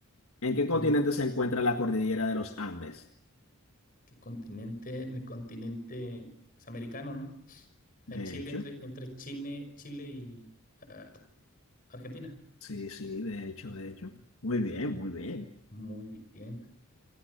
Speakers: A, on the left; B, on the left.
A: ¿En qué continente
B: Dime
A: se encuentra la cordillera de los Andes?
B: qué continente, en el continente es americano, ¿no? Está
A: De
B: en Chile,
A: hecho,
B: entre, entre Chile, Chile y ah, Argentina.
A: sí, sí, de hecho, de hecho. Muy bien, muy bien.
B: Muy bien.